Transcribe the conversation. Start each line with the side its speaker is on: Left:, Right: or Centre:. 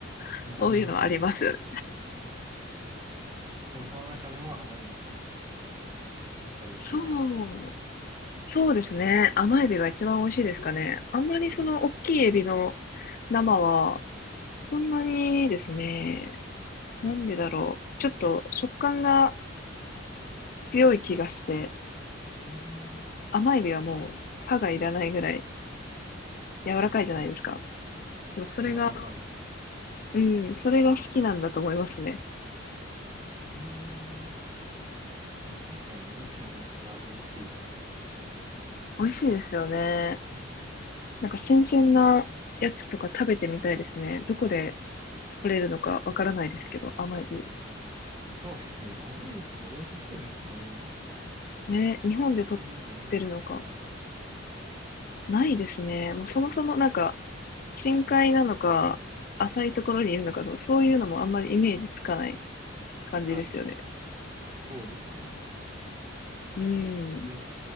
Left: <laughs>
Right: ろ、
Left: そういうのあります。
Right: あ、ありますね。でもその中でも甘エビがやっぱり一番。
Left: そう、そうですね。甘エビが一番美味しいですかね。あんまりその大きいエビの生は、そんなにですね、なんでだろう。ちょっと食感が強い気がして、
Right: うーん。
Left: 甘エビはもう歯がいらないぐらい柔らかいじゃないですか。
Right: はい。
Left: でもそれが、
Right: 柔らかいです。
Left: うん、それが好きなんだと思いますね。
Right: うーん。でも確かに甘エビはめっちゃ美味しいですよね。
Left: 美味しいですよね。
Right: うん、
Left: なんか新鮮なやつとか食べてみたいですね。どこで取れるのかわからないですけど、甘エビ。
Right: そうですね。甘エビってどこで取ってるんですかね。
Left: ね、日本で取ってるのか。
Right: 全然なんかイメージとかないよな。
Left: ないですね。もうそもそもなんか、深海なのか、浅いところにいるのかの、そういうのもあんまりイメージつかない感じですよね。
Right: はい。そうですよね。
Left: うん。
Right: で、